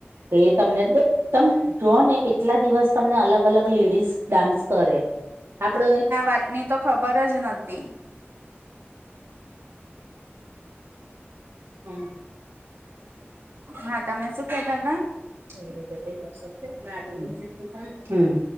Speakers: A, on the right; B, on the right.
A: એ તમને દ તમ જોવો ને એટલા દિવસ તમને અલગ અલગ લેડીસ ડાન્સ કરે આપડ
B: વાટની તો ખબર જ નથી.
A: હમ્મ
B: હા તમે શું કહેતા હતા?
A: આવી રીતે કઈ દેવા <unintelligible> હમ્મ